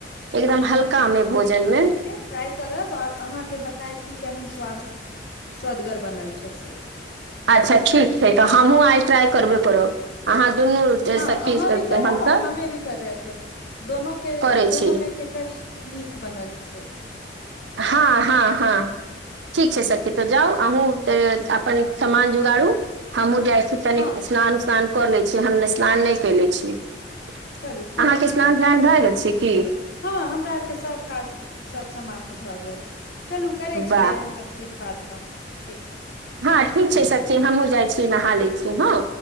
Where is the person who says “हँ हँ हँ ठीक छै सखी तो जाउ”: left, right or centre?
Right